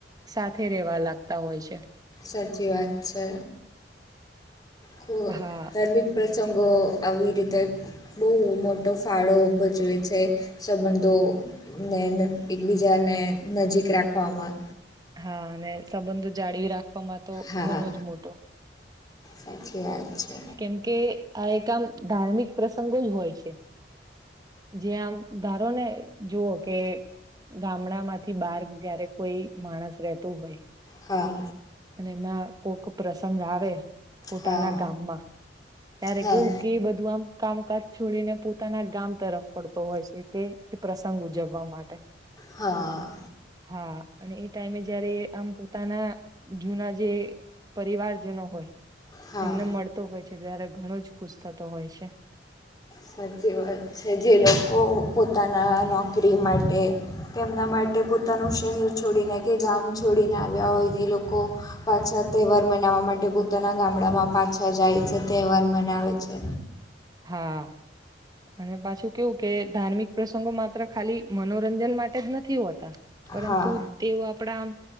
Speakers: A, on the right; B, on the left.
A: સાથે રેવા લાગતા. તા હોય છે.
B: સાચી વાત છે. કો
A: હા
B: ધાર્મિક પ્રસંગો આવી રીતે બહુ મોટો ફાળો ભજવે છે સંબંધોનેન એકબીજા ને નજીક રાખવામાં
A: હા અને સંબંધો જાળવી રાખવામાં તો
B: હા
A: ઘણો જ મોટો
B: સાચી વાત છે.
A: કેમકે આ એક આમ ધાર્મિક પ્રસંગો જ હોય છે. જ્યા આમ ધારો ને જુઓ કે ગામડામાંથી બાર જયારે કોઈ માણસ રહેતું હોય.
B: હા
A: અને એમના કોક પ્રસંગ આવે
B: હા
A: પોતાના ગામમાં ત્યારે
B: હા
A: કેવું કે બધું આમ કામકાજ છોડીને પોતાના ગામ તરફ ફડતો હોય છે કે પ્રસંગ ઉજવવા માટે.
B: હા.
A: હા અને એ ટાઈમે જયારે આમ પોતાના જૂના જે પરિવારજનો હોય.
B: હા
A: એમને મળતો હોય છે ત્યારે ઘણો જ ખુશ થતો હોય છે.
B: સાચી વાત છે જે લોકો પોતાના નોકરી માટે તેમના માટે તે પોતાનું શહેર છોડીને કે ગામ છોડીને આવ્યા હોય છે લોકો પાછા તહેવાર મના વા માટે પોતાના ગામડામાં પાછા જાય છે તહેવાર મનાવે છે.
A: હા. અને પાછું કેવું કે ધાર્મિક પ્રસંગો માત્ર ખાલી મનોરંજન માટે જ નથી હોતા. પરંતુ
B: હા
A: તેઓ આપણા આમ